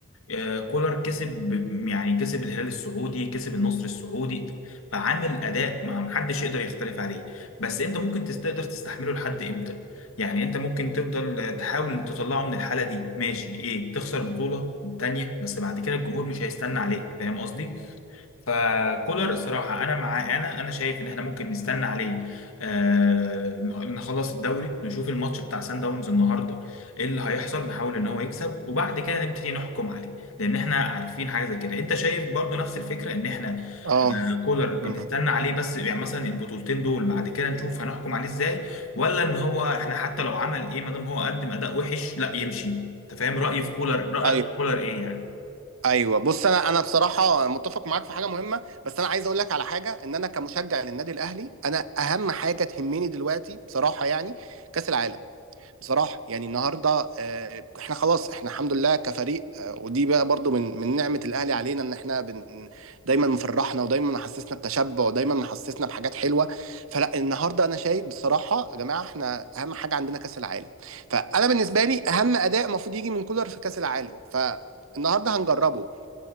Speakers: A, on the left; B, on the right.
A: آه، كولر كسب ب- يعني كسب الهلال السعودي كسب النصر السعودي فعامل اداء ما محدش يقدر يختلف عليه بس انت ممكن تست- تقدر تستحمله لحد امتى يعني انت ممكن تفضل آه، تحاول تطلعه من الحالة دي ماشي ايه تخسر بطولة تانية بس بعد كده الجمهور مش هيستنى عليك فاهم قصدي فكولر الصراحة أنا معاه أنا أنا شايف إن إحنا ممكن نستنى عليه آه نخ- نخلص الدوري نشوف الماتش بتاع سان داونز النهاردة إيه اللي هيحصل نحاول إن هو يكسب وبعد كده نبتدي نحكم عليه لأن إحنا عارفين حاجة زي كده أنت شايف برضو نفس الفكرة إن إحنا
B: اه
A: آه كولر
B: مم.
A: نستنى عليه بس يعني مثلا البطولتين دول بعد كده نشوف هنحكم عليه إزاي ولا إن هو إحنا حتى لو عمل إيه ما دام هو قدم أداء وحش لا يمشي أنت فاهم رأيي في كولر رأيك
B: ايوه
A: في كولر إيه
B: ايوه بص انا انا بصراحه متفق معاك في حاجه مهمه بس انا عايز اقول لك على حاجه ان انا كمشجع للنادي الاهلي انا اهم حاجه تهمني دلوقتي بصراحه يعني كاس العالم بصراحه يعني النهارده آه، احنا خلاص احنا الحمد لله كفريق آه، ودي بقى برضو من من نعمه الاهلي علينا ان احنا بن دايما مفرحنا ودايما محسسنا بتشبع ودايما محسسنا بحاجات حلوه فلا النهارده انا شايف بصراحه يا جماعه احنا اهم حاجه عندنا كاس العالم فانا بالنسبه لي اهم اداء المفروض يجي من كولر في كاس العالم ف النهارده هنجربه